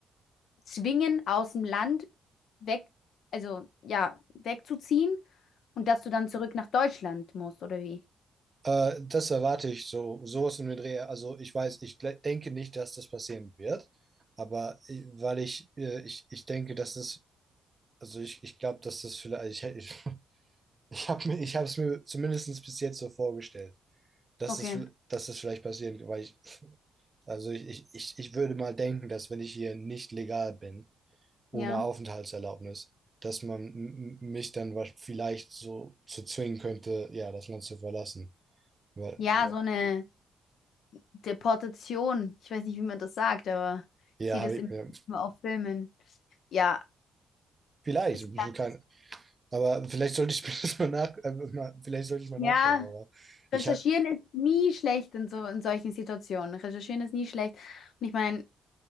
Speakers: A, on the left; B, on the right.
A: zwingen, aus dem Land weg, also ja, wegzuziehen und dass du dann zurück nach Deutschland musst, oder wie?
B: Äh, das erwarte ich so, sowas in den Dreh. Also ich weiß, ich gle- denke nicht, dass das passieren wird, aber äh, weil ich, äh, ich, ich denke, dass es, also ich, ich glaube, dass das vielleicht, ich, <laughs> ich habe mir, ich habe es mir zumindest bis jetzt so vorgestellt. dass
A: Okay,
B: es, vi- dass es vielleicht passiert, weil ich, also ich, ich, ich ich würde mal denken, dass wenn ich hier nicht legal bin, ohne
A: ja.
B: Aufenthaltserlaubnis, dass man m- m- mich dann wasch- vielleicht so zu zwingen könnte, ja, das Land zu verlassen. Weil,
A: Ja, Ja. so eine Deportation. Ich weiß nicht, wie man das sagt, aber
B: ja,
A: ich sehe
B: habe
A: das
B: ich
A: immer
B: mir,
A: auf Filmen. Ja,
B: vielleicht,
A: es kann,
B: kein, aber vielleicht sollte ich mir <laughs> das mal nach, äh, mal, vielleicht sollte ich mal
A: ja.
B: nachschauen, aber
A: Recherchieren
B: ich habe,
A: ist nie schlecht in so in solchen Situationen. Recherchieren ist nie schlecht. Und ich meine,